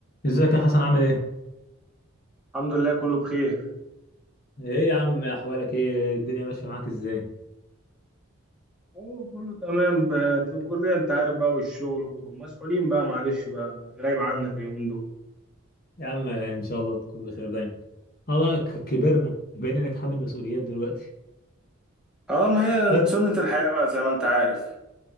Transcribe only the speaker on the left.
ازيك يا حسن عامل ايه؟
ايه يا عم احوالك ايه؟ الدنيا ماشية معاك ازاي؟
يا عم ان شاء الله تكون بخير دايما. اه بقى ك- كبرنا بقينا نتحمل مسؤوليات دلوقتي.
<laughs>
ف-